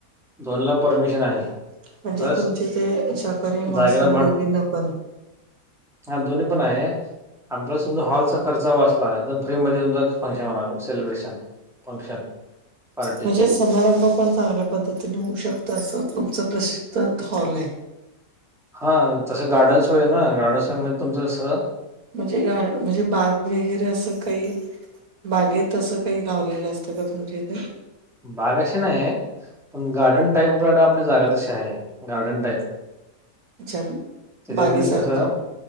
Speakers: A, in the centre; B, on the right (about 80°).
A: दोन ला परमिशन आहे.
B: म्हणजे
A: प्लस
B: तुमच्या इथे, शाकाहारी, मांसाहारी
A: जागेला
B: दोघींना पण?
A: हा दोन्ही पण आहे. आणि प्लस तुमचा हॉलचा खर्च वाचला, एकदम फ्री मध्ये तुमचं फंक्शन होणार सेलिब्रेशन. फंक्शन पार्टी
B: म्हणजे समारंभ पण चांगल्या पद्धतीने होऊ शकत असं, तुमचं प्रसिद्ध हॉल आहे.
A: हा तसं गार्डन्स सोय आहे ना, गार्डन सोय म्हणजे तुमचं कसं
B: म्हणजे गा म्हणजे बाग वगैरे असं काही बागेत तसं काही लावलेलं असतं का तुमच्या इथे?
A: बाग अशी नाही, पण गार्डन टाईप आपल्याकडे जागा तशी आहे गार्डन टाईप.
B: अच्छा
A: त्याच्यामध्ये
B: बागेसारखं
A: कसं